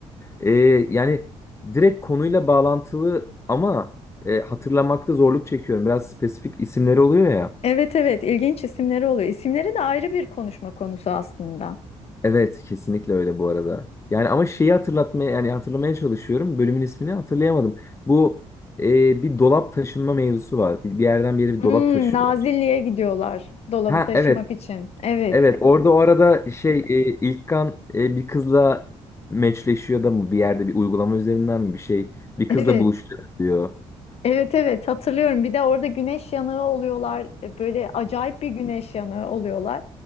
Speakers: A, on the left; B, on the left.
A: e, yani direkt konuyla bağlantılı ama e, hatırlamakta zorluk çekiyorum. Biraz spesifik isimleri oluyor ya.
B: Evet evet ilginç isimleri oluyor. İsimleri de ayrı bir konuşma konusu aslında.
A: Evet kesinlikle öyle bu arada. Yani ama şeyi hatırlatmaya yani hatırlamaya çalışıyorum. Bölümün ismini hatırlayamadım. Bu e, bir dolap taşınma mevzusu var. Bir, bir yerden bir yere bir
B: Hmm,
A: dolap taşıyorlar.
B: Nazilli'ye gidiyorlar dolabı
A: Ha
B: taşımak
A: evet.
B: için. Evet.
A: Evet orada o arada şey e, İlkan e, bir kızla meçleşiyor da mı bir yerde bir uygulama üzerinden mi bir şey bir kızla
B: Evet.
A: buluşacak diyor.
B: Evet evet hatırlıyorum. Bir de orada güneş yanığı oluyorlar. E, Böyle acayip bir güneş yanığı oluyorlar.